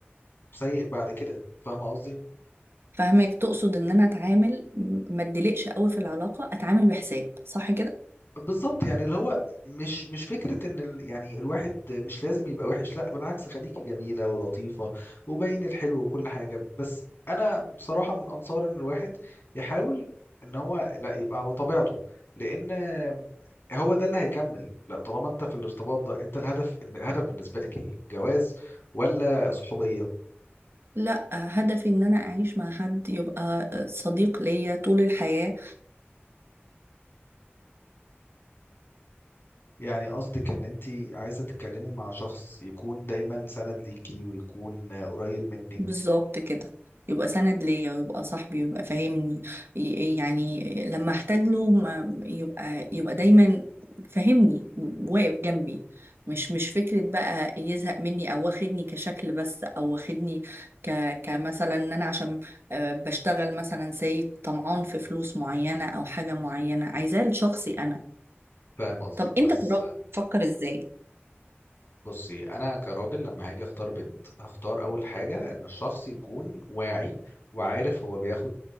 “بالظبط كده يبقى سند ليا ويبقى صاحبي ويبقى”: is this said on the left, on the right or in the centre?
Right